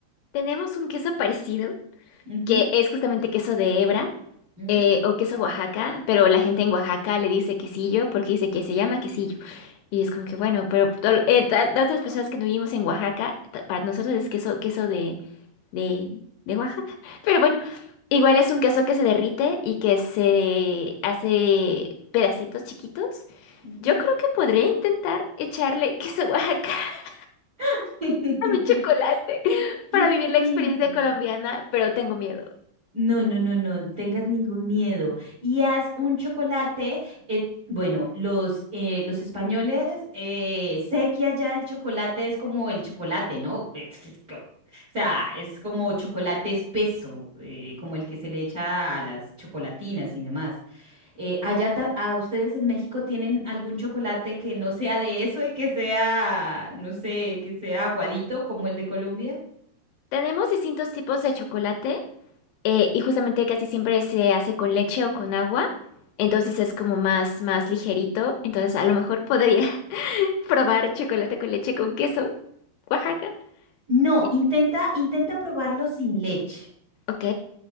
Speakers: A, on the left; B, on the right.
A: Tenemos un queso parecido,
B: Ujú,
A: que es justamente queso de hebra
B: ujú,
A: eh, o queso Oaxaca, pero la gente en Oaxaca le dice quesillo porque dice que se llama quesillo. Y es como que, bueno, pero tol- eh, ta- las otras personas que no vivimos en Oaxaca, ta- para nosotros es queso, queso de, de, de Oaxaca. <laughs> Pero bueno, igual es un queso que se derrite y que se hace pedacitos chiquitos.
B: ujú.
A: Yo creo que podría intentar echarle queso Oaxaca <laughs>
B: <laughs>
A: a mi chocolate <laughs> para
B: Inténtalo.
A: vivir la experiencia colombiana, pero tengo miedo.
B: No, no, no, no tengas ningún miedo. Y haz un chocolate. eh, bueno, los, eh, los españoles, eh, sé que allá el chocolate es como el chocolate, ¿no? <laughs> Es que co- o sea, es como chocolate espeso, eh, como el que se le echa a las chocolatinas y demás. Eh, allá ta- a ustedes en México tienen algún chocolate que no sea de eso y que sea, no sé, que sea aguadito como el de Colombia.
A: Tenemos distintos tipos de chocolate. Eh, y justamente casi siempre se hace con leche o con agua, entonces
B: Ujú,
A: es como más, más ligerito, entonces a lo mejor podría <laughs> probar chocolate con leche con queso, Oaxaca.
B: No,
A: Y-
B: intenta, intenta probarlo sin leche,
A: Ok.